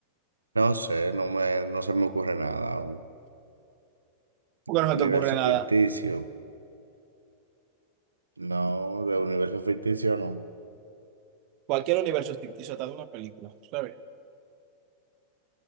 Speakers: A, on the right; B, on the right.
A: No sé, no me, no se me ocurre nada. Un,
B: Porque
A: un
B: no
A: universo
B: se te ocurre nada.
A: ficticio. No, de universo ficticio no.
B: Cualquier universo es ficticio, hasta de una película. Está bien.